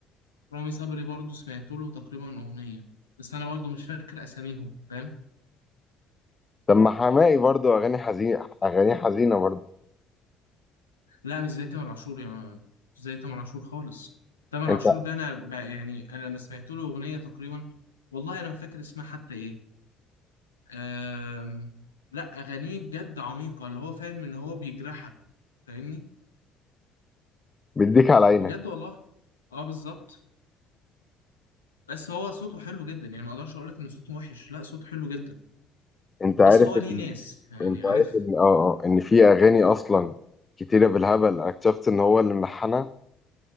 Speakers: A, on the left; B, on the left.
A: رامي صبري برضو سمعت له تقريبا أغنية بس أنا برضو مش فاكر أساميهم فاهم
B: طب ما حماقي برضو اغاني حزينه اغاني حزينه برضو
A: لا مش زي تامر عاشور يعني مش زي تامر عاشور خالص تامر
B: انت
A: عاشور ده أنا بقى يعني أنا لما سمعت له أغنية تقريبا والله أنا ما فاكر اسمها حتى إيه آم، لا اغانيه بجد عميقه اللي هو فاهم ان هو بيجرحك فاهمني
B: بيديك على عينك
A: بجد والله اه بالظبط بس هو صوته حلو جدا يعني ما اقدرش اقول لك ان صوته وحش لا صوته حلو جدا
B: انت عارف
A: بس هو ليه
B: ان...
A: ناس يعني
B: انت
A: عارف
B: عارف ان اه اه ان في اغاني اصلا كتيره بالهبل اكتشفت ان هو اللي ملحنها